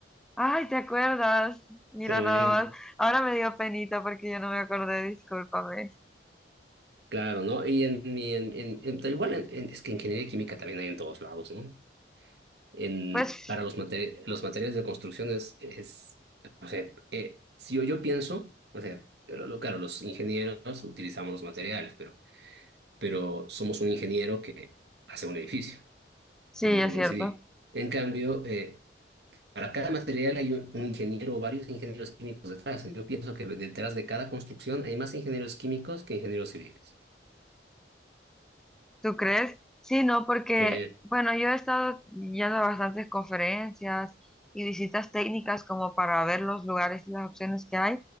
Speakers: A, in the centre; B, on the right (about 65°).
A: Ay, ¿te acuerdas? Mira
B: Sí,
A: nada Sí. más. Sí. Ahora me dio penita porque yo no me acordé, discúlpame.
B: claro, ¿no? Y en mi, en, en- en- tal igual, en- en- es que ingeniería química también hay en todos lados, ¿no? en,
A: Pues
B: para los, mate- los materiales de construcción es, es o sea, eh, si yo, yo pienso, o sea, lo- lo- claro, los ingenieros utilizamos los materiales, pero, pero somos un ingeniero que hace un edificio,
A: sí,
B: un ingeniero
A: es cierto.
B: civil. En cambio, eh, para cada material hay un, un ingeniero o varios ingenieros químicos detrás. Yo pienso que detrás de cada construcción hay más ingenieros químicos que ingenieros civiles.
A: ¿Tú crees? Sí, no, porque,
B: Sí.
A: bueno, yo he estado yendo a bastantes conferencias y visitas técnicas como para ver los lugares y las opciones que hay.